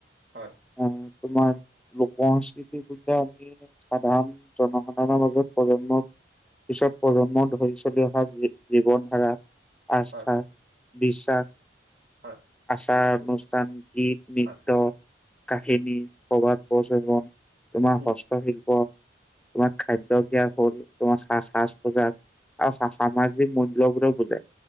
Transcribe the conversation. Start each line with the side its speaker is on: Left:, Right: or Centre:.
Right: হয়।
Centre: অ তোমাৰ লোক সংস্কৃতি বুলিলে আমি সাধাৰণ জনসাধাৰণৰ মাজত প্ৰজন্মৰ পিছত প্ৰজন্ম ধৰি চলি অহা যি জীৱনধাৰা, আস্থা,
Right: হয়
Centre: বিশ্বাস
Right: হয়।
Centre: আচাৰ অনুষ্ঠান গীত নৃত্য
Right: হয়
Centre: কাহিনী প্ৰবাদ, প্ৰচলন তোমাৰ
Right: উম
Centre: হস্তশিল্প তোমাৰ খাদ্যভ্যাস হল, তোমাৰ সা-সাজ পোজাক আৰু সামাজিক মূল্যবোধক বুজাই